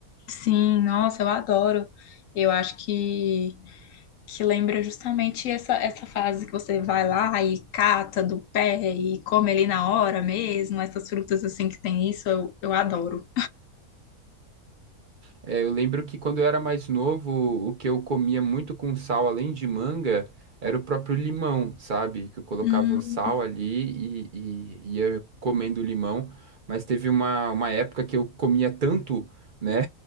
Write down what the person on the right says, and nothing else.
É, eu lembro que quando eu era mais novo, o que eu comia muito com sal, além de manga, era o próprio limão, sabe? Que eu colocava
o sal ali e, e ia comendo limão. Mas teve uma, uma época que eu comia tanto, né?